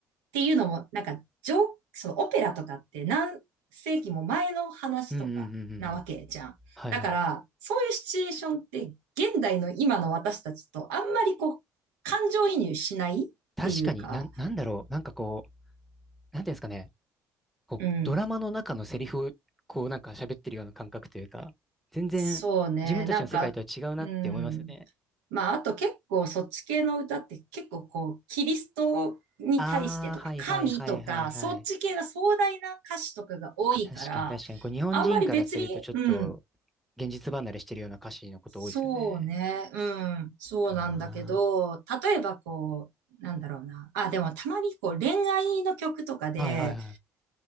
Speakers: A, on the right; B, in the centre.
A: っていうのも、なんか、ジョそのオペラとかって何世紀も前の話とかなわけじゃん。
B: うんうんうんうん。はいはい。
A: だから、そういうシチュエーションって、現代の今の私たちとあんまりこう、感情移入しないっていうか、
B: 確かに、なん、なんだろう。なんかこう、なんていうんですかね。こう、
A: うん。
B: ドラマの中のセリフを、こう、なんか喋ってるような感覚というか、全然、
A: そうね、
B: 自分たちの世界とは違うなって思いますよね。
A: なんか、うん。まあ、あと結構そっち系の歌って結構こう、キリストに対してとか、
B: ああ、はいはいはいはいはい。
A: 神とか、そっち系が壮大な歌詞とかが多いから、
B: 確かに確かに。こう、日本人からするとちょっと、
A: あんまり別に、うん、
B: 現実離れしてるような歌詞のこと多いですよね。
A: そうね、うん、そうなんだけど、
B: あ
A: 例えばこう、なんだろうな。あ、でもたまにこう恋愛の曲とかで、
B: あはい、はい、はい。